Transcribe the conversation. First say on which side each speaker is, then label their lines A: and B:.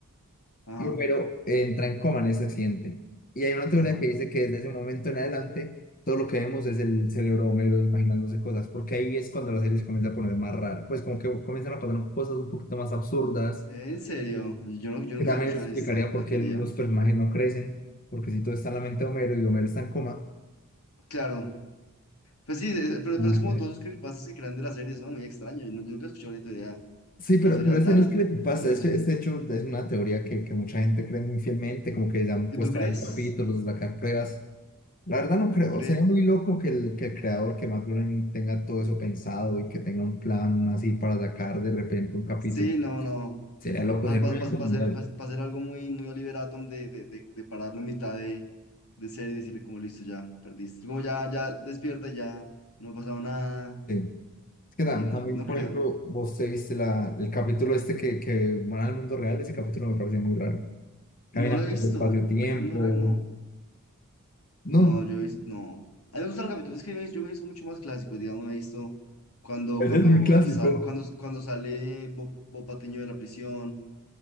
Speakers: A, on the left (about 75°); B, on the left (about 40°).
A: Ajá,
B: y Homero entra en coma en ese accidente. Y hay una teoría
A: ajá.
B: que dice que desde ese momento en adelante todo lo que vemos es el cerebro de Homero imaginándose cosas, porque ahí es cuando la serie se comienza a poner más rara, pues como que comienzan a pasar cosas un poquito más absurdas,
A: En serio, yo, no, yo
B: que
A: nunca
B: también
A: he escuchado
B: eso explicaría
A: esta- esa
B: por qué
A: teoría.
B: los personajes no crecen, porque si todo está en la mente de Homero y Homero está en coma,
A: Claro, pues sí, es- pero,
B: no
A: pero es
B: va a
A: como
B: crecer.
A: todos los creepypastas que crean de las series, ¿no? Muy extraño, yo, no- yo nunca he escuchado una teoría,
B: Sí,
A: una
B: pero,
A: teoría
B: pero ese
A: tal
B: no es creepypasta,
A: de esa
B: ese,
A: serie.
B: ese hecho es una teoría que, que mucha gente cree muy fielmente, como que ya han
A: ¿Y
B: puesto
A: tú crees?
B: a ver capítulos, sacar pruebas. La verdad no
A: ¿Y
B: creo,
A: tú crees?
B: sería muy loco que el, que el creador, que Matt Groening tenga todo eso pensado y que tenga un plan así para sacar de repente un capítulo.
A: Sí, no, no.
B: Sería loco,
A: Para
B: sería un evento mundial.
A: hacer, pa- pa hacer algo muy, muy Oliver Atom de, de, de, de pararlo en mitad de, de serie y decirle como listo, ya perdiste. Como ya, ya despierta, ya no ha pasado nada.
B: Sí. Es que
A: Sí,
B: tam-
A: no,
B: también,
A: no, no
B: por
A: creo.
B: ejemplo, vos te viste la, el capítulo este que, que van al mundo real, ese capítulo me pareció muy raro. Caminan
A: No lo he
B: por
A: visto.
B: el espacio-tiempo.
A: Queda muy raro, no.
B: No,
A: No, yo he visto, no. A mí me gustan los capítulos, es que me- yo me he visto mucho más clásicos, digamos, me he visto cuando,
B: ese
A: cuando,
B: es muy clásico.
A: sal- cuando, cuando sale Bob, Bob Patiño de la prisión,